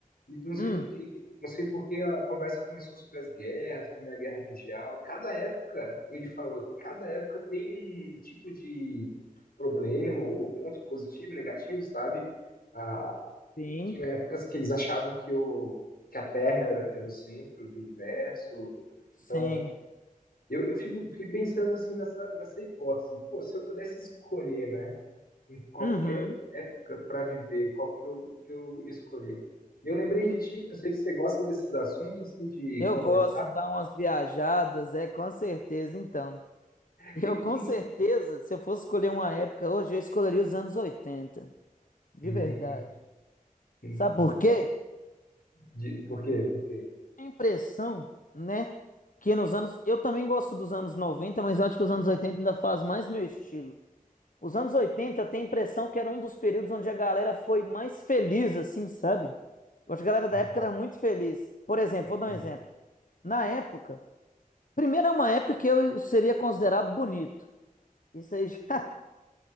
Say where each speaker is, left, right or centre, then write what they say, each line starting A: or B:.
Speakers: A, on the left; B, on the left.
A: e não sei
B: hum,
A: do que, não sei por que a conversa começou sobre as guerras, Primeira Guerra Mundial. Cada época, ele falou, cada época tem um tipo de problema, ou ponto positivo, negativo, sabe? Ah,
B: sim,
A: tinha épocas que eles achavam que o que a Terra era, era o centro do universo.
B: sim.
A: Então, eu, eu fico, fiquei pensando assim nessa, nessa hipótese. Pô, se eu pudesse escolher, né, em qualquer
B: Uhum.
A: época para viver, qual que eu, que eu ia escolher? E eu lembrei
B: Hum.
A: de ti, que eu sei que você gosta desses assuntos, assim, de
B: Eu
A: conversar.
B: gosto de dar umas viajadas, é, com certeza, então. Eu,
A: Que,
B: com
A: que,
B: certeza,
A: que...
B: se eu fosse escolher uma época hoje, eu escolheria os anos 80, de
A: Hum,
B: verdade.
A: muito
B: Sabe
A: bom.
B: por quê?
A: De, por quê? Por quê?
B: A impressão, né, que nos anos... Eu também gosto dos anos 90, mas eu acho que os anos 80 ainda faz mais meu estilo. Os anos 80 eu tenho a impressão que era um dos períodos onde a galera foi mais feliz, assim, sabe? Eu acho que a galera da
A: Uhum.
B: época era muito feliz. Por exemplo, vou dar
A: Hum,
B: um exemplo. Na época, primeiro é uma época que eu seria considerado bonito. Isso aí já...